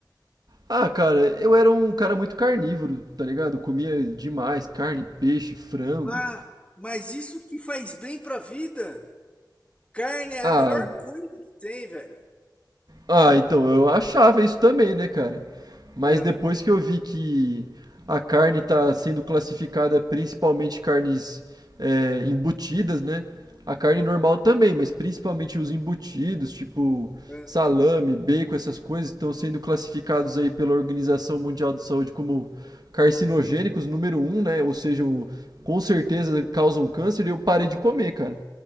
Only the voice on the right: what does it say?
Ah, cara, eu era um cara muito carnívoro, tá ligado? Eu comia demais carne, peixe, frango.
Ah,
Ah, então, eu achava isso também, né, cara? Mas
depois que eu vi que a carne tá sendo classificada principalmente carnes é, embutidas, né? A carne normal também, mas principalmente os embutidos, tipo
salame, bacon, essas coisas, estão sendo classificados aí pela Organização Mundial de Saúde como carcinogênicos número um, né? Ou seja, o- com certeza causam câncer e eu parei de comer, cara.